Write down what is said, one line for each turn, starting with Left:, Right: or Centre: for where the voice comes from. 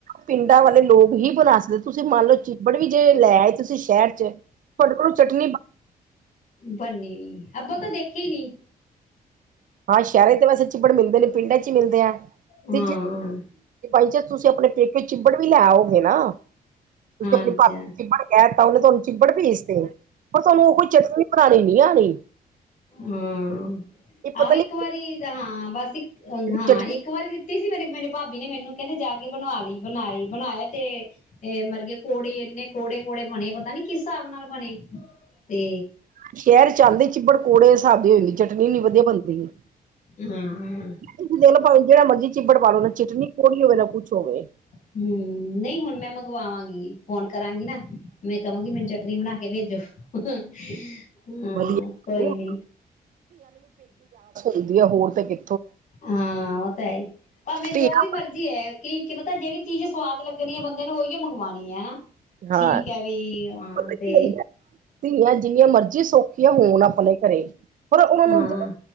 Right: ਪਿੰਡਾਂ ਵਾਲੇ ਲੋਕ ਹੀ ਬਣਾ ਸਕਦੇ, ਤੁਸੀਂ ਮੰਨ ਲਓ ਚਿੱਬੜ ਵੀ ਜੇ ਲੈ ਆਏ ਤੁਸੀਂ ਸ਼ਹਿਰ ਚ ਤੁਹਾਡੇ ਕੋਲ ਚਟਣੀ ਪਾਣ
Left: ਬੰਨੀ, ਆਪਾਂ ਤਾਂ ਦੇਖੀ ਨੀ
Right: ਹਾਂ ਸ਼ਹਿਰਾਂ ਤੇ ਵੇਸੇ ਚਿੱਪੜ ਮਿਲਦੇ ਨਈ, ਪਿੰਡਾਂ ਚ ਹੀ ਮਿਲਦੇ ਆ,
Left: ਹਾਂ
Right: ਤੇ ਬਾਈ ਚਾਂਸ ਤੁਸੀਂ ਅਪਣੇ ਪੇਕੇ ਚਿੱਬੜ ਵੀ ਲੈ ਆੳਗੇ ਨਾ ਤੁਸੀਂ ਅਪਣੀ
Left: ਅੱਛਾ
Right: ਭਾਬੀ ਨੂੰ ਚਿੱਬੜ ਕਹ ਤਾ ਉਹਨੇ ਤੁਹਾਨੂੰ ਚਿੱਬੜ ਭੇਜ ਤੇ, ਪਰ ਤੁਹਾਨੂੰ ਉਹ ਹੀ ਚ ਪੁਰਾਣੀ ਨੀ ਆਣੀ
Left: ਹੂੰ।
Right: ਇਹ ਪਤਾ
Left: ਆਹੋ
Right: ਨੀ
Left: ਇੱਕ ਵਾਰੀ ਹਾਂ ਬਸ ਇੱਕ, ਹਾਂ
Right: ਚਟਨੀ
Left: ਇੱਕ ਵਾਰੀ ਦਿੱਤੀ ਸੀ ਮੇਰੀ ਮੇਰੀ ਭਾਬੀ ਭਾਬੀ ਨੇ ਮੈਨੂੰ ਕਹਿਆ ਨਾ ਜਾ ਕੇ ਬਣਾ ਲਈ ਬਣਾਏ, ਬਣਾਏ ਤੇ ਇਹ ਮਰਗੇ ਕੋੜੇ ਇੰਨੇ ਕੋੜੇ-ਕੋੜੇ ਬਣੇ ਪਤਾ ਨੀ ਕਿਸ ਹਿਸਾਬ ਨਾਲ ਬਣੇ। ਤੇ
Right: ਸ਼ਹਿਰ ਚੱਲਦੇ ਚਿੱਬੜ ਕੌੜੇ ਹਿਸਾਬ ਦੀ ਹੋ ਜਾਂਦੀ, ਚਟਨੀ ਏਨੀ ਵਧੀਆ ਬਣਦੀ।
Left: ਹੂੰ-ਹੂੰ।
Right: ਤੁਸੀਂ ਦੇਖ ਭਵੇ ਜਿਹੜਾ ਮਰਜ਼ੀ ਚਿੱਬੜ ਪਾ ਲੋ ਨਾ ਚਿਟਨੀ ਕੋੌੜੀ ਹੋਵੇ ਨਾ ਕੁੱਛ ਹੋਵੇ।
Left: ਹੂੰ, ਨਹੀਂ ਹੁਣ ਮੈਂ ਮੰਗਵਾਵਾਂਗੀ ਫੋਨ ਕਰਾਂਗੀ ਨਾ। ਮੈਂ ਕਵਾਂਗੀ ਮੈਨੂੰ ਚਟਨੀ ਬਣਾ ਕੇ ਭੇਜੋ। ਹਾਂ,
Right: ਵਧੀਆ
Left: ਕੋਈ ਨੀ।
Right: ਵਧੀਆ ਹੋਰ ਤੇ ਕਿ
Left: ਹਾਂ ਉਹ ਤਾਂ ਏ ਹੀ, ਭਾਵੇਂ ਜੋ
Right: ਧੀਆਂ
Left: ਵੀ ਮਰਜ਼ੀ ਏ ਕਿ ਕੀ ਪਤਾ ਜਿਹੜੀ ਚੀਜ਼ ਸਵਾਦ ਲੱਗਣੀ ਐ, ਬੰਦੇ ਨੂੰ ਉਹੀ ਮੰਗਵਾਣੀ ਹੈਨਾ,
Right: ਹਾਂ
Left: ਠੀਕ ਐ ਵੀ ਹਾਂ
Right: ਪਤਾ ਕੀ
Left: ਤੇ
Right: ਹੁੰਦਾ ਧੀਆਂ ਜਿੰਨੀਆਂ ਮਰਜੀ ਸੌਖੀਆਂ ਹੋਣ ਆਪਣੇ ਘਰੇ ਪਰ ਉਹਨਾਂ
Left: ਹਾਂ
Right: ਨੂੰ